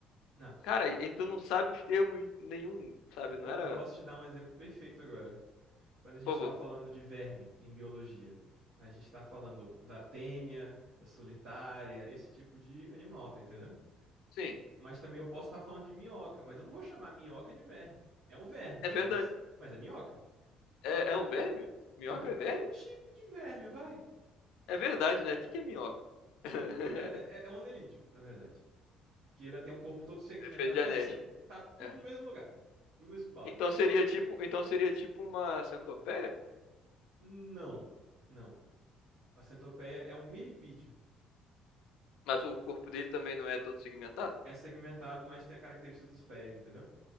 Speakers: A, on the right; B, on the left.
A: Não,
B: Cara, e tu não sabe os termos nenhum, sabe?
A: eu, po-
B: Não era.
A: eu posso te dar um exemplo perfeito agora. Quando a gente
B: Por
A: está
B: favor.
A: falando de verme em biologia, a gente está falando da tênia, da solitária, esse tipo de animal, tá entendendo?
B: Sim,
A: Mas também eu posso estar falando de minhoca, mas eu não vou chamar minhoca de verme. É um verme,
B: é
A: mas,
B: verdade.
A: mas é minhoca.
B: É,
A: E a-
B: é um verme?
A: a-
B: Minhoca
A: é um,
B: é verme?
A: é um tipo de verme, vai.
B: É verdade, né? O que que é minhoca? <laughs>
A: Pois é, é, é um anelídeo, na verdade. Que ele tem um corpo todo segmentado,
B: Fez de
A: mas
B: anéis.
A: assim, tá tudo
B: É.
A: no mesmo lugar, no mesmo balde.
B: Então seria tipo, então seria tipo uma centopeia?
A: Não, não. A centopeia é um milipídio.
B: Mas o corpo dele também não é todo segmentado?
A: É segmentado, mas tem a característica dos pés, entendeu?